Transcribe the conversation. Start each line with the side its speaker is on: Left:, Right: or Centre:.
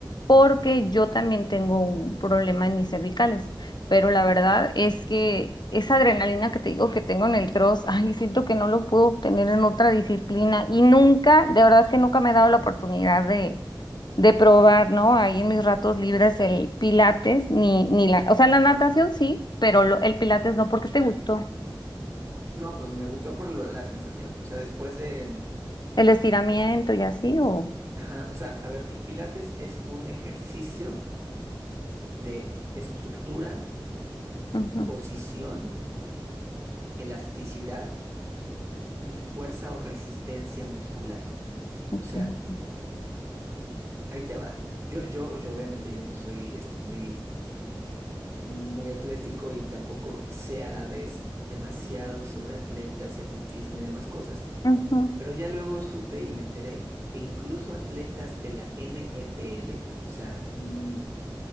Left: porque yo también tengo un problema en mis cervicales. Pero la verdad es que esa adrenalina que te digo que tengo en el cross, ay, siento que no lo puedo obtener en otra disciplina. Y nunca, de verdad es que nunca me he dado la oportunidad de, de probar, ¿no? Ahí en mis ratos libres el pilates, ni, ni la, o sea, la natación sí, pero lo- el pilates no, porque te gustó?
Right: No, pues me gustó por lo- la sensación. O sea, después de,
Left: ¿El estiramiento y así o...?
Right: ajá, o sea, a ver, el Pilates es un ejercicio de estructura,
Left: Ujú,
Right: posición, elasticidad y fuerza o resistencia muscular.
Left: ok.
Right: O sea, ahí te va. Yo, yo, yo obviamente yo no soy este, muy, muy atlético y tampoco sé a la vez demasiado sobre atletas y atletismo y demás cosas,
Left: Ujú,
Right: pero ya luego supe y me enteré que incluso atletas de la NFL, o sea, un